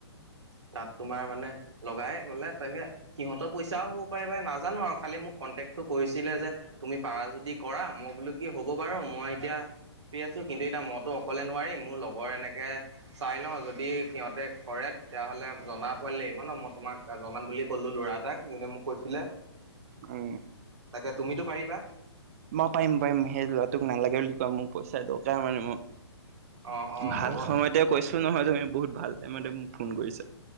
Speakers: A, on the right (about 80°); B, on the right (about 30°).
A: তাত তোমাৰ মানে লগাই বোলে তে সিহঁতৰ পইচাও হ'ব পাৰে, নাজানোঁ আৰু খালি মোক কণ্টেক্ট কৈছিলে যে তুমি পাৰা যদি কৰা, মই বোলো কি হ'ব বাৰু। মই এতিয়া পি আছোঁ। কিন্তু, এটা মদ। তো অকলে নোৱাৰিম মোৰ লগৰ এনেকৈ চাই লও যদি সিহতে কৰে ফলে জননা পোৱালি লাগিব ন মই তোমাক জনাম বুলি কলো ল'ৰা এটাক যোনে মোক কৈছিলে।
B: উম।
A: তাকে, তুমিতো পাৰিবা।
B: মই পাৰিম - পাৰিম সেই ল'ৰাটোক নালাগে বুলি কোৱা মোক পইচা দৰকাৰ মানে মোক।
A: অ অ
B: ভাল
A: হ'ব
B: সময়তে কৈছো নহয় তুমি বহুত ভাল টাইমতে মোক ফোন কৰিছা